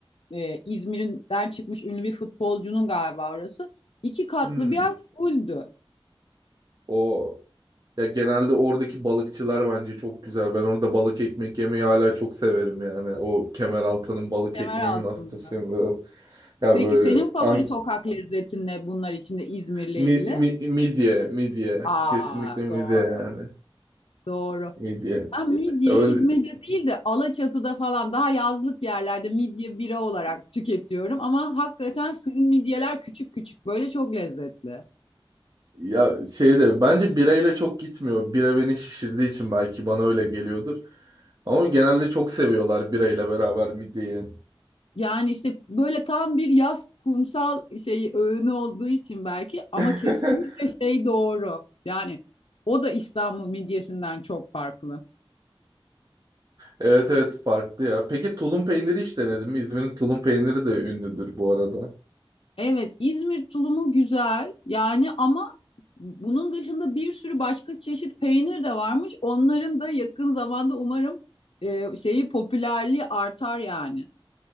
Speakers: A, on the left; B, on the right.
A: e, İzmir'den çıkmış ünlü bir futbolcunun galiba orası. İki katlı
B: Hmm.
A: bir yer fulldü
B: O. Ya genelde oradaki balıkçılar bence çok güzel. Ben orada balık ekmek yemeyi hala çok severim yani. O Kemeraltı'nın balık
A: kemer
B: ekmeğinin
A: altında.
B: hastasıyım. ben. Ya
A: Peki
B: böyle
A: senin favori
B: an,
A: sokak lezzetin ne bunlar içinde İzmir'le
B: mi-
A: ilgili?
B: mi- midye, midye.
A: Aa
B: Kesinlikle midye
A: doğru
B: yani.
A: doğru.
B: Midye.
A: Ben midyeyi
B: Ya böyle
A: İzmir'de değil de Alaçatı'da falan daha yazlık yerlerde midye bira olarak tüketiyorum. Ama hakikaten sizin midyeler küçük küçük böyle çok lezzetli.
B: ya şey de bence birayla çok gitmiyor. Bira beni şişirdiği için belki bana öyle geliyordur. Ama genelde çok seviyorlar birayla beraber midyeyi.
A: Yani işte böyle tam bir yaz kumsal şeyi öğünü olduğu için belki ama
B: <laughs>
A: kesinlikle şey doğru. Yani o da İstanbul midyesinden çok farklı.
B: Evet evet farklı ya. Peki tulum peyniri hiç denedin mi? İzmir'in tulum peyniri de ünlüdür bu arada.
A: Evet, İzmir tulumu güzel yani ama bunun dışında bir sürü başka çeşit peynir de varmış. Onların da yakın zamanda umarım e, şeyi popülerliği artar yani.